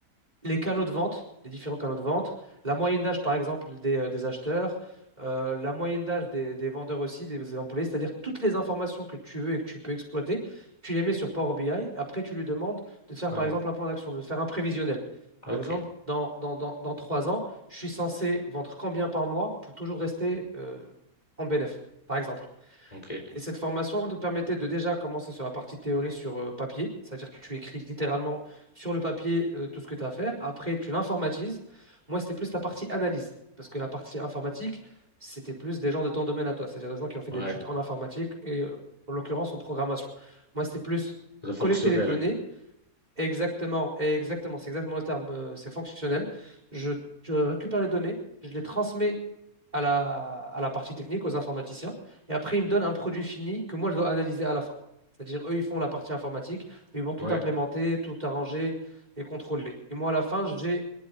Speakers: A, on the right; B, on the left.
A: les canaux de vente, les différents canaux de vente, la moyenne d'âge, par exemple, des, euh, des acheteurs, euh, la moyenne d'âge des, des vendeurs aussi, des employés, c'est-à-dire toutes les informations que tu veux et que tu peux exploiter, tu les mets sur Power BI. Après, tu lui demandes de te faire,
B: Ah
A: par
B: non.
A: exemple, un plan d'action, de te faire un prévisionnel. Par
B: Ok.
A: exemple, dans, dans, dans, dans trois ans, je suis censé vendre combien par mois pour toujours rester euh, en bénéf. par exemple.
B: Ok.
A: Et cette formation te permettait de déjà commencer sur la partie théorie sur euh, papier, c'est-à-dire que tu écris littéralement sur le papier euh, tout ce que tu as à faire. Après, tu l'informatises. Moi, c'était plus la partie analyse, parce que la partie informatique, c'était plus des gens de ton domaine à toi, c'est-à-dire des gens qui ont fait
B: Ouais.
A: des études en informatique et euh, en l'occurrence en programmation. Moi, c'était plus
B: Le fonctionnel.
A: collecter les données, Exactement, exactement, c'est exactement le terme, euh, c'est fonctionnel. Je, je récupère les données, je les transmets à la, à la partie technique, aux informaticiens, et après ils me donnent un produit fini que moi je dois analyser à la fin. C'est-à-dire, eux, ils font la partie informatique, mais ils vont tout
B: Ouais.
A: implémenter, tout arranger et contrôler. Et moi, à la fin, j'ai